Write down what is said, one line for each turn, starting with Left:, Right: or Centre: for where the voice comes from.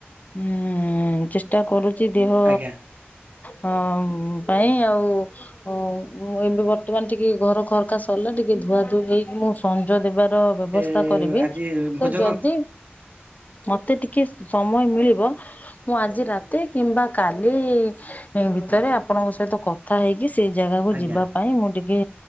Left: ହୁଁ ଚେଷ୍ଟା କରୁଛି ଦିହ
Right: ଆଜ୍ଞା
Left: ହଁ ପାଇଁ ଆଉ। ଓଁ ଏବେ ବର୍ତ୍ତମାନ ଟିକେ ଘର ଖରକା ସରିଲା ଟିକେ ଧୁଆ ଧୁଆ ହେଇକି ମୁଁ ସଂଜ ଦେବାର ବ୍ୟବସ୍ଥା
Right: ଏ
Left: କରିବି
Right: ଆଜି
Left: ତ
Right: ଭୋଜନ
Left: ଯଦି ମତେ ଟିକେ ସମୟ ମିଳିବ। ମୁଁ ଆଜି ରାତି କିମ୍ବା କାଲି ଭିତରେ ଆପଣଙ୍କ ସହିତ କଥା ହେଇକି ସେଇ ଜାଗାକୁ
Right: ଆଜ୍ଞା
Left: ଯିବା ପାଇଁ ମୁଁ ଟିକେ